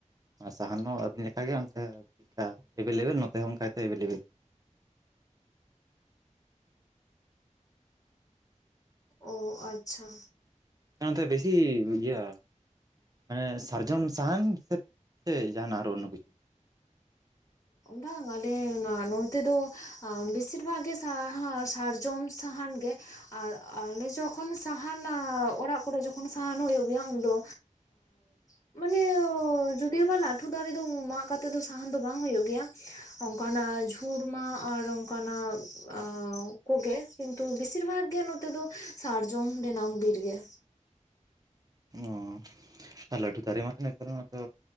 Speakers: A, on the right; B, on the left.
A: ᱟᱨ ᱥᱟᱦᱟᱱ ᱦᱚᱸ ᱟᱵᱤᱱ ᱞᱮᱠᱟᱜᱮ ᱚᱱᱛᱮ ᱪᱮᱫᱠᱟ ᱮᱵᱮᱞᱮᱵᱮᱞ ᱱᱚᱛᱮ ᱦᱚᱸ ᱚᱱᱠᱟᱛᱮ ᱮᱵᱮᱞᱮᱵᱮᱞ᱾
B: ᱚ ᱟᱪᱪᱷᱟ᱾
A: ᱚᱱᱟ ᱛᱮᱵᱮᱥᱤ ᱤᱭᱟᱹ ᱢᱟᱱᱮ ᱥᱟᱨᱡᱚᱢ ᱥᱟᱦᱟᱱ ᱥᱮ ᱥᱮ ᱡᱟᱦᱱᱟᱜ ᱟᱨᱚ ᱚᱱᱱᱳ ᱠᱤᱪᱷᱩ᱾
B: ᱵᱟᱝ ᱟᱞᱮ ᱱᱚᱱᱛᱮ ᱫᱚ ᱟᱸᱵᱮᱥᱤᱨ ᱵᱷᱟᱜ ᱜᱮ ᱥᱟᱨᱡᱚᱢ ᱥᱟᱦᱟᱱ ᱜᱮ᱾ ᱟᱨ ᱟᱞᱮ ᱡᱚᱠᱷᱚᱱ ᱥᱟᱦᱟᱱ ᱚᱲᱟᱜ ᱠᱚᱨᱮ ᱡᱚᱠᱷᱚᱱ ᱥᱟᱦᱟᱱᱚᱜ ᱦᱳᱭᱳᱜ ᱜᱮᱭᱟ ᱩᱱᱫᱚ <unintelligible> ᱢᱟᱱᱮ ᱡᱩᱫᱤᱳ ᱵᱟ ᱞᱟᱹᱴᱷᱩ ᱫᱟᱨᱮ ᱫᱚ ᱢᱟᱜ ᱠᱟᱛᱮ ᱫᱚ ᱥᱟᱦᱟᱱ ᱫᱚ ᱵᱟᱝ ᱦᱳᱭᱳᱜ ᱜᱮᱭᱟ, ᱚᱝᱠᱟᱱᱟᱜ ᱡᱷᱩᱲ ᱢᱟ ᱟᱨ ᱚᱝᱠᱟᱱᱟᱜ ᱟᱻ ᱠᱚᱜᱮ ᱠᱤᱱᱛᱩ ᱵᱮᱥᱤᱨ ᱵᱷᱟᱜᱽ ᱜᱮ ᱱᱚᱛᱮ ᱫᱚ ᱥᱟᱨᱡᱚᱢ ᱨᱮᱱᱟᱝ ᱵᱤᱨ ᱜᱮ᱾
A: ᱚᱻ ᱟᱨ ᱞᱟᱴᱩ ᱛᱟᱨᱮ ᱢᱟ ᱛᱚ ᱱᱮᱛᱟᱨ ᱢᱟ ᱛᱚ